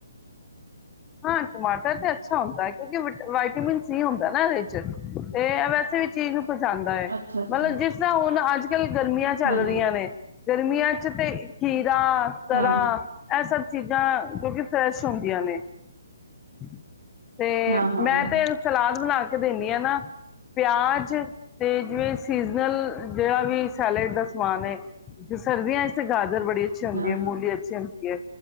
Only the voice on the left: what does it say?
ਹਾਂ, ਟਮਾਟਰ ਤੇ ਅੱਛਾ ਹੁੰਦਾ ਕਿਉਂਕਿ ਵਿਟਾ ਵਾਈਟਮਿਨ ਸੀ ਹੁੰਦਾ ਨਾ ਇਹਦੇ ਚ ਤੇ ਵੈਸੇ ਵੀ ਚੀਜ ਨੂੰ ਪਚਾਂਦਾ ਏ,
ਮਲਬ ਜਿਸ ਤਰਾ ਹੁਨ ਅੱਜ-ਕੱਲ ਗਰਮੀਆਂ ਚੱਲ
ਰਈਆਂ ਨੇ ਗਰਮੀਆਂ ਚ ਤੇ ਖੀਰਾ, ਤਰਾਂ
ਏਹ ਸਭ ਚੀਜਾਂ ਜੋ ਕਿ ਫਰੈਸ਼ ਹੁੰਦੀਆਂ ਨੇ। <inaudible> ਤੇ,
ਮੈਂ
ਤੇ ਸਲਾਦ ਬਨਾ ਕੇ ਦਿਨੀ ਆ ਨਾ, ਪਿਆਜ ਤੇ ਜਿਵੇਂ ਸੀਜਨਲ ਜੇੜਾ ਵੀ ਸੈਲੇਡ ਦਾ ਸਮਾਨ ਏ, ਸਰਦੀਆਂ ਵਿਚ ਤੇ ਗਾ ਜਰ ਬੜੀ ਅੱਛੀ ਹੁੰਦੀ
ਏ, ਮੂਲੀ ਅੱਛੀ ਹੁੰਦੀ ਏ,